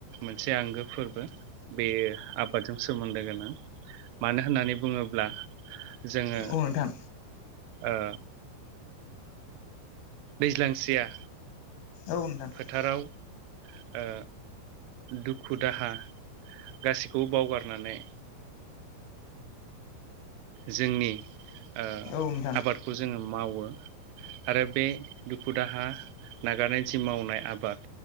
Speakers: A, on the right (about 85°); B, on the left (about 80°).
A: मोनसे आंगो फोरबो, बे आबादजों सोमोन्दो गोनां। मानो होननानै बुङोब्ला जोङो
B: औ नोंथां
A: ओ दैज्लांसेया
B: औ नोंथां।
A: फोथाराव ओ दुखु दाहा गासैखौबो बावगारनानै जोंनि ओ
B: औ नोंथां
A: आबादखौ जोङो मावो। आरो बे दुखु दाहा नागारना जि मावनाय आबाद,